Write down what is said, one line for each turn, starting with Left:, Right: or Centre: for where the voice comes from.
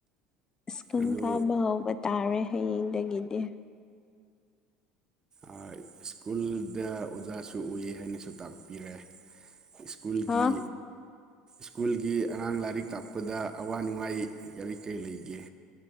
Left: ꯁ꯭ꯀꯨꯜ
Right: ꯑꯗꯨ
Left: ꯀꯥꯕ ꯍꯧꯕ ꯇꯥꯔꯦ ꯍꯌꯦꯡꯗꯒꯤꯗꯤ
Right: ꯑ ꯁ꯭ꯀꯨꯜꯗ ꯑꯣꯖꯥꯁꯨ ꯎꯌꯦ ꯍꯥꯏꯅꯁꯨ ꯇꯥꯛꯄꯤꯔꯦ ꯁ꯭ꯀꯨꯜꯒꯤ
Left: ꯍꯥ
Right: ꯁ꯭ꯀꯨꯜꯒꯤ ꯑꯉꯥꯡ ꯂꯥꯏꯔꯤꯛ ꯇꯥꯛꯄꯗ ꯑꯋꯥ ꯅꯨꯡꯉꯥꯏ ꯀꯔꯤ ꯀꯔꯤ ꯂꯩꯒꯦ